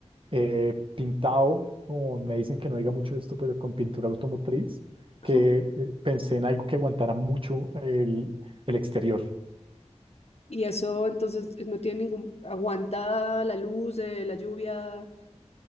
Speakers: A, on the right (about 45°); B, on the left (about 60°).
A: eh, pintado, con- me dicen que no diga mucho esto, pero con pintura automotriz,
B: <laughs>
A: que eh, pensé en algo que aguantara mucho el, el exterior,
B: Y eso entonces no tiene ningún, aguanta la luz, eh, la lluvia.